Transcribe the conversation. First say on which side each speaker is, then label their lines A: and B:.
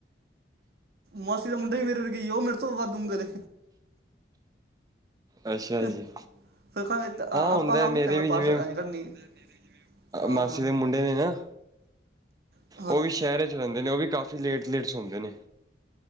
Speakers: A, on the right; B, on the right.
A: ਮਾਸੀ ਦਾ ਮੁੰਡਾ ਵੀ ਮੇਰੇ ਵਰਗਾ ਈ ਏ <unintelligible> ਉਹ ਮੇਰੇ ਤੋਂ ਵਧਦੂ ਕਦੇ
B: ਅੱਛਾ
A: ਫਾਂ
B: ਜੀ
A: ਆਪਾਂ
B: ਹੁੰਦਾ
A: ਹਾਂ ਕੀਤਾ
B: ਮੇਰੇ ਵੀ
A: ਪਰ
B: ਜਿਵੇਂ
A: ਕਰਨਨੀ <unintelligible> ਆਹ
B: ਮਾਸੀ ਦੇ ਮੁੰਡੇ ਨੇ ਨਾ
A: ਹਾ
B: ਉਹ ਵੀ ਸ਼ਹਿਰ 'ਚ ਰਹਿੰਦੇ ਨੇ ਉਹ ਵੀ ਕਾਫੀ ਲੇਟ ਲੇਟ ਸੌਂਦੇ ਨੇ